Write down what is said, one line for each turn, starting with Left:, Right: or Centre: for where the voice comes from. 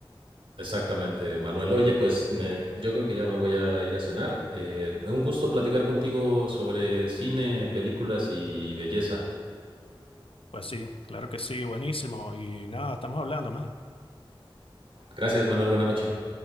Right: Exactamente, Manuel. Oye, pues me- yo creo que ya me voy a ir a cenar. Eh, un gusto platicar contigo sobre cine, películas y belleza.
Left: Pues sí, claro que sí, buenísimo. Y nada, estamos hablando, man.
Right: Gracias, Manuel. Buena noche.